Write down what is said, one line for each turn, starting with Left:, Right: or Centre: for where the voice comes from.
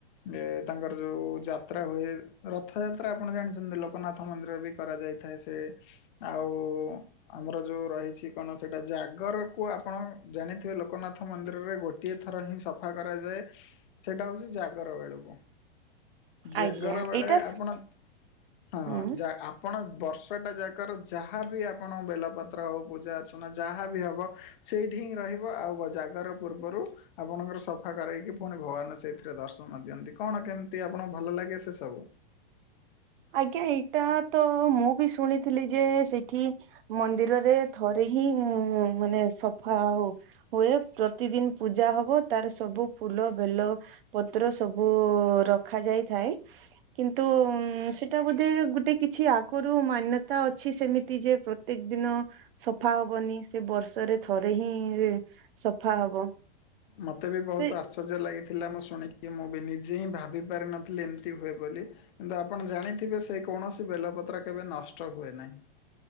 Left: ଏ ତାଙ୍କର ଯୋଉ ଯାତ୍ରା ହୁଏ ରଥ ଯାତ୍ରା ଆପଣ ଜାଣିଛନ୍ତି ଲୋକନାଥ ମନ୍ଦିର ବି କରାଯାଇଥାଏ ସେ ଆଉ ଆମର ଯୋଉ ରହିଛି କଣ ସେଇଟା ଜାଗରକୁ ଆପଣ ଜାଣିଥିବେ ଲୋକନାଥ ମନ୍ଦିରରେ ଗୋଟେ ଗୋଟିଏ ଥର ହିଁ ସଫା କରାଯାଏ ସେଟା ହଉଛି ଜାଗର ବେଳକୁ। ଜାଗର
Right: ଆଜ୍ଞା
Left: ବେଳେ
Right: ଏଇଟା
Left: ଆପଣ ହଁ
Right: ହୁଁ
Left: ଆପଣ ବର୍ଷ ଟା ଯା ପ୍ରକାର ଯାହାବି ଆପଣ ବେଲପତ୍ର ହଉ ପୂଜା ଅର୍ଚ୍ଚନା ଯାହା ବିି ହେବ ସେଇଠି ହିଁ ରହିବ ଆଉ ଜାଗର ପୂର୍ବରୁ ଆପଣଙ୍କର ସଫା କରାଇକି ପୁଣି ଭଗବାନ ସେଇଥିରେ ଦର୍ଶନ ଦିଅନ୍ତି କଣ କେମିତି ଆପଣଙ୍କୁ ଭଲ ଲାଗେ ସେ ସବୁ?
Right: ଆଜ୍ଞା ଏଇଟା ତ ମୁଁ ବି ଶୁଣିଥିଲି ଯେ ସେଇଠି ମନ୍ଦିରରେ ଥରେ ହିଁ ମାନେ ସଫା ଆଉ ହୁଏ ପ୍ରତିଦିନ୍ ପୂଜା ହବ ତାର ସବୁ ଫୁଲ ବେଲ ପତ୍ର ସବୁ ରଖାଯାଇଥାଏ। କିନ୍ତୁ ସେଟା ବୋଧେ ଗୋଟେ କିଛି ଆଗରୁ ମାନ୍ୟତା ଅଛି ସେମିତି ଯେ ପ୍ରତ୍ୟେକ ଦିନ ସଫା ହବନି ସେ ବର୍ଷରେ ଥରେ ହିଁ ସଫା ହବ।
Left: ମତେ ବି ବହୁତ
Right: ସେ
Left: ଆ ଆଶ୍ଚର୍ଯ୍ୟ ଲାଗିଥିଲା ମୁଁ ଶୁଣିକି ମୁଁ ବି ନିଜେ ହିଁ ଭାବି ପାରିିନଥିଲି ଏମିତି ହୁଏ ବୋଲି। କିନ୍ତୁ ଆପଣ ଜାଣିଥିବେ ସେଇ କୌଣସି ବେଲପତ୍ର କେବେ ନଷ୍ଟ ହୁଏ ନାହିଁ।